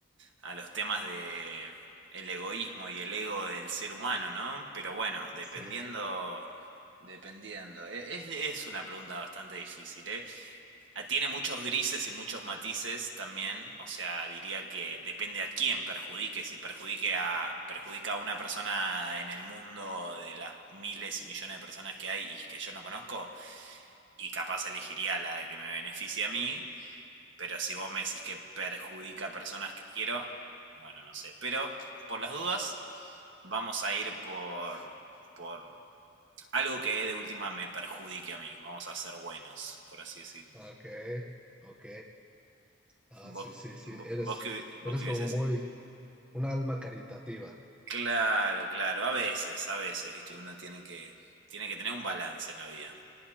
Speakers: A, on the right (about 70°); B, in the centre.
A: a los temas de el egoísmo y el ego del ser humano, ¿no? Pero bueno, dependiendo,
B: Sí,
A: dependiendo. E- Es, es una pregunta bastante difícil, ¿eh? Ah, Tiene muchos grises y muchos matices también, o sea, diría que depende a quién perjudique, si perjudique a, perjudica a una persona en el mundo de las miles y millones de personas que hay y que yo no conozco, y capaz elegiría la de que me beneficie a mí, pero si vos me decís que perjudica a personas que quiero, bueno, no sé, pero por las dudas vamos a ir por, por algo que de última me perjudique a mí, vamos a ser buenos, por así decirlo.
B: ok, ok. Ah,
A: Vos,
B: sí, sí, sí.
A: vos,
B: Eres,
A: vos que, hubi- vos
B: eres
A: que hubieses...
B: como muy un alma caritativa.
A: Claro, claro, a veces, a veces, viste, uno tiene que, tiene que tener un balance en la vida.